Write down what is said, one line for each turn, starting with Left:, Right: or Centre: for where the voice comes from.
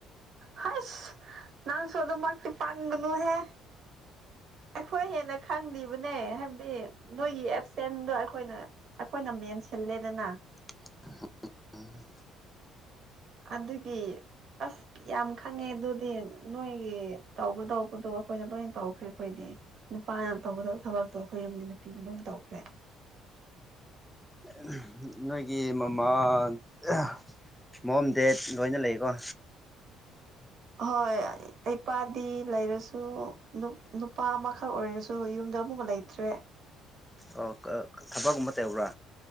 Right: ꯍꯁ ꯅꯪꯁꯨ ꯑꯗꯨ ꯃꯛꯇꯤ ꯄꯪꯒꯅꯨꯍꯦ
Centre: <inaudible>
Right: ꯑꯈꯣꯏ ꯍꯦꯟꯅ ꯈꯪꯂꯤꯕꯅꯦ ꯍꯥꯏꯕꯗꯤ ꯅꯣꯏꯒꯤ ꯑꯦꯞꯁꯦꯟꯗꯣ ꯑꯈꯣꯏꯅ ꯑꯈꯣꯏꯅ ꯃꯦꯟꯁꯤꯜꯂ ꯂꯦꯗꯅ
Centre: <inaudible>
Right: ꯑꯗꯨꯒꯤ ꯑꯁ ꯌꯥꯝ ꯈꯪꯉꯦ ꯑꯗꯨꯗꯤ ꯅꯣꯏꯒꯤ ꯇꯧꯒꯗꯧꯕꯗꯣ ꯑꯈꯣꯏꯅ ꯂꯣꯏꯅ ꯇꯧꯈ꯭ꯔꯦ ꯑꯈꯣꯏꯗꯤ ꯅꯨꯄꯥꯅ ꯇꯧꯒꯗꯧ ꯊꯕꯛꯇꯣ ꯑꯈꯣꯏ ꯌꯨꯝꯒꯤ ꯅꯨꯄꯤꯅ ꯂꯣꯏ ꯇꯧꯈ꯭ꯔꯦ
Centre: ꯑꯝ ꯅꯣꯏꯒꯤ ꯃꯃꯥ ꯍꯦꯝ ꯃꯦꯝ ꯗꯦꯠ ꯂꯣꯏꯅ ꯂꯩꯀꯣ
Right: ꯍꯣꯏ ꯏꯄꯥꯗꯤ ꯂꯩꯔꯁꯨ ꯅꯨꯞ ꯅꯨꯄꯥ ꯑꯃꯈꯛ ꯑꯣꯏꯔꯁꯨ ꯌꯨꯝꯗ ꯑꯃꯨꯀ ꯂꯩꯇ꯭ꯔꯦ
Centre: ꯑꯣ ꯀ ꯑ ꯊꯕꯛꯀꯨꯝꯕ ꯇꯧꯕ꯭ꯔꯥ